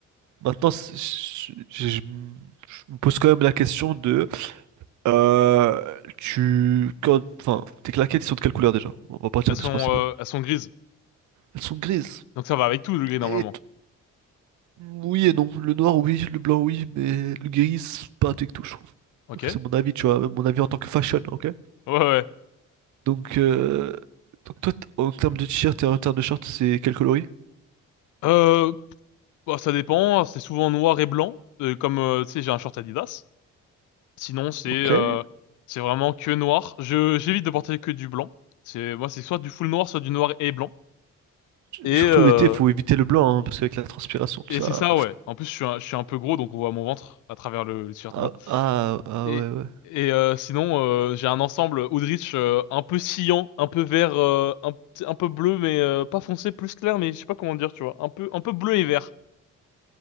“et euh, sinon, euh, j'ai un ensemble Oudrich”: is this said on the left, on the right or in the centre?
Left